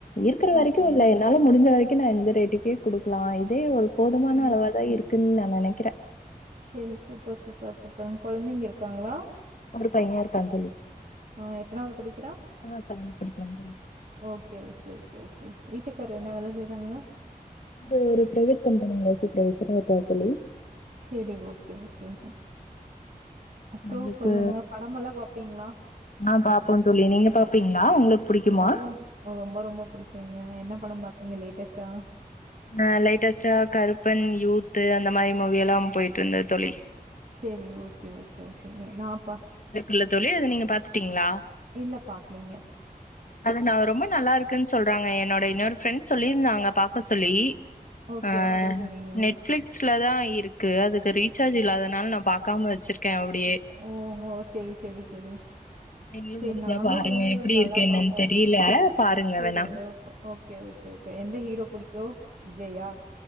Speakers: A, on the left; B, on the right.
A: ஈர்க்கற வரைக்கு
B: ஓகே.
A: இல்ல என்னால முடுஞ்ச வரைக்கு நா இந்த ரேட்டுக்கே குடுக்கலா இதே ஒரு போதுமான
B: ம்.
A: அளவா தா இருக்குன் நா நெனைக்கறே
B: சேரி சூப்பர் சூப்பர் சூப்பர் ஒங்க கொழந்தைங்க இருக்காங்களா
A: ஒரு பையே இருக்கா தோழி
B: அ எத்தனாவது படிக்கிறா?
A: ஆ சவந்த் படிக்கிறா தோழி
B: ஓகே ஓகே ஓகே ஓகே வீட்டுக்காரு என்ன வேல செய்றாங்க
A: அவர் ஒரு பிரைவேட் கம்பனில சூப்பர்வைசரா இருக்கார் தோழி
B: சேரி ஓகே ஓகேங்க அப்றோ
A: நம்மளுக்கு
B: சொல்லுங்க படமெல்லா பாப்பிங்ளா
A: ஆ பாப்போ தோழி நீங்க பாப்பீங்களா உங்களுக்கு புடிக்குமா
B: ஓ ரொம்ப ரொம்ப புடிக்கூங்க என்ன படம் பாப் நீங்க லேட்டஸ்ட்டா
A: நா லேட்டஸ்ட்டா கருப்பன் யூத்து அந்த மாரி மூவியெல்லா போயிட்ருந்தே தோழி
B: சேரி ஓகே ஓகே ஓகே நா அப்ப
A: இல்ல தோழி அது நீங்க பாத்துட்டிங்களா
B: இல்ல பாக்கலிங்க
A: அது நா ரொம்ப நல்லா இருக்குன் சொல்றாங்க என்னோட இன்னோரு ஃப்ரண்ட் சொல்லிருந்தாங்க பாக்க சொல்லி
B: ஓகே
A: அ
B: ஓகே சரிங்க.
A: நெட்ஃபிளிக் ல தா இருக்கு அதுக்கு ரீசார்ஜ் இல்லாதனால நா பாக்காம வச்சுருக்கே அப்டியே
B: ஓ ஹோ சேரி சேரி சேரி
A: நீங்களும்
B: சேரி
A: முடிஞ்சா
B: நாங்களு
A: பாருங்க.
B: மூவி
A: எப்படி
B: வ நல்லா
A: இருக்கு என்னன்னு
B: பாப்போ
A: தெரியல. பாருங்க
B: சேரி
A: வேணா.
B: ஓ ஓகே ஓ ஓகே ஓகே எந்த ஹீரோ புடிக்கு விஜயா